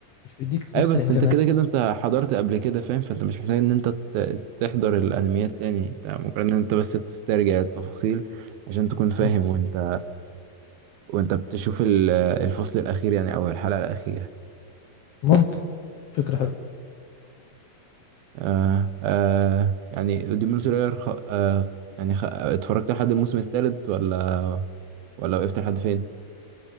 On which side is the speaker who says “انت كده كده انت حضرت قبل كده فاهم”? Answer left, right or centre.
Right